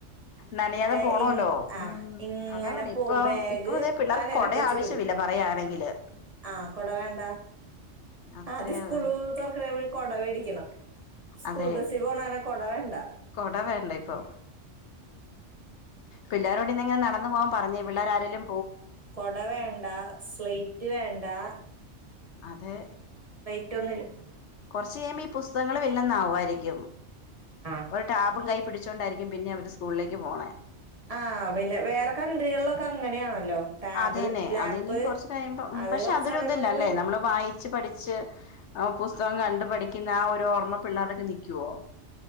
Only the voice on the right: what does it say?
ഏ
ഇ ആ
ഇങ്ങനെ
പോവും
ബാഗ്
തലയിലൊക്കെ
വെച്ചിട്ട്
പോവും
ആഹ് കൊട വേണ്ടാ
ആദ്യം സ്കൂള്
തൊറക്കണേന് മുന്നേ കൊട മേടിക്കണം. സ്കൂൾ
ബസ്സി പോണ കാരണം കൊട വേണ്ടാ.
കൊട വേണ്ടാ സ്ലൈറ്റ് വേണ്ടാ.
റ്റോന്നില്ല
ആഹ്
ആഹ് പിന്നെ വേറെ കൺട്രികളിലൊക്കെ അങ്ങനെയാണല്ലോ? ടാബ്
ലാപ്പ്
അത്
കൊറച്ചറിയുമ്പോ
ഇങ്ങട് വരും